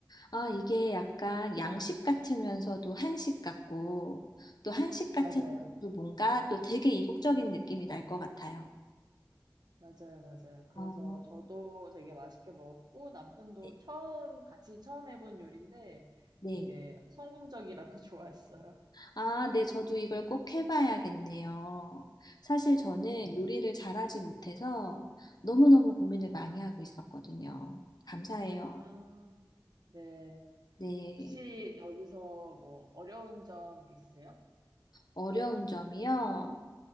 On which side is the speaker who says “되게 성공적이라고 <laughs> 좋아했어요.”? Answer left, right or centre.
Right